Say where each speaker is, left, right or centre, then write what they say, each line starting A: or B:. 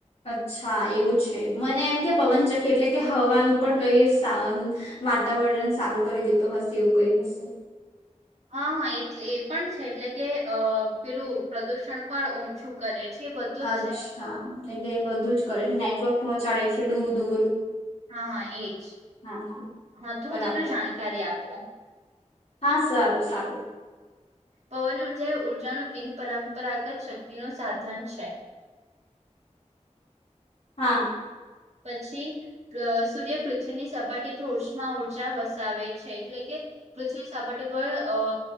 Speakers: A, on the left; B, on the right.
A: અચ્છા એવું છે મને એમ કે પવનચક એટલે કે હવાનું પણ કઈ. વાતાવરણ સારું કરી દેતો હશે એવું કઈ હશે.
B: હા હા એ એ પણ છે એટલે કે અ પેલું પ્રદુષણ પણ ઓછું કરે. છે એ બધું
A: અચ્છા
B: જ છે
A: એટલે બધું જ કરે છે નેટવર્ક પહોંચાડે છે દૂર દૂર.
B: હા હા એજ
A: હા હા
B: હા તો
A: બરાબર
B: હું તમને જાણકારી આપું.
A: હા સારું સારું
B: પવન ઉર્જા એ ઉર્જાનું બિન પરંપરાગત શક્તિ નું સાધન છે.
A: હા.
B: પછી સૂર્ય પૃથ્વીની સપાટી પર ઉષ્મા ઊર્જા વસાવે છે એટલે કે. પૃથ્વીની સપાટી પર અ